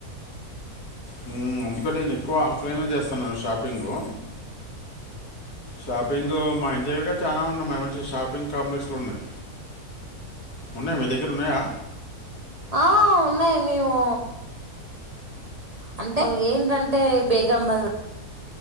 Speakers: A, on the left; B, on the right.
A: హ్మ్ ఎందుకంటే, నేను ఎక్కువ ఆఫ్లైన్ చేస్తున్నాను షాపింగు. షాపింగ్ మా ఇంటి దగ్గరగా చానా ఉన్నాయి. మరి మంచి షాపింగ్ కాంప్లెక్స్లు ఉన్నాయి. ఉన్నాయి. మీ దగ్గర ఉన్నాయా?
B: ఆ ఉన్నాయి. మేము అంటే ఏంటంటే బేగం బజార్